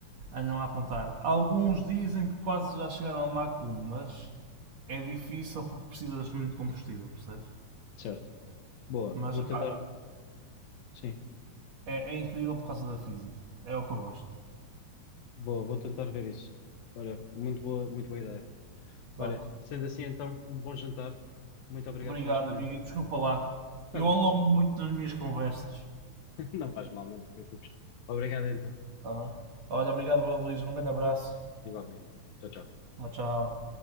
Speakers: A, on the right; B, on the left.
A: andam a apontar. Alguns dizem que quase já chegaram a Mach 1, mas é difícil porque precisas muito de combustível, percebes?
B: Certo. Boa.
A: Mas
B: Vou
A: opá,
B: tentar. Sim,
A: é, é incrível por causa da física. É o que eu gosto.
B: boa. Vou tentar ver isso. Olha, muito boa, muito boa ideia.
A: Pronto.
B: Olha, sendo assim então, um bom jantar. Muito obrigado
A: Obrigado,
B: por este momento.
A: amigo, e desculpa lá.
B: Está
A: Eu
B: tranquilo.
A: alongo muito nas minhas conversas.
B: <laughs> Não faz mal, não te preocupes. Obrigado então.
A: Tá bem? Olha, obrigado, Luís. Um grande abraço.
B: Igualmente. Tchau, tchau.
A: Tchau, tchau.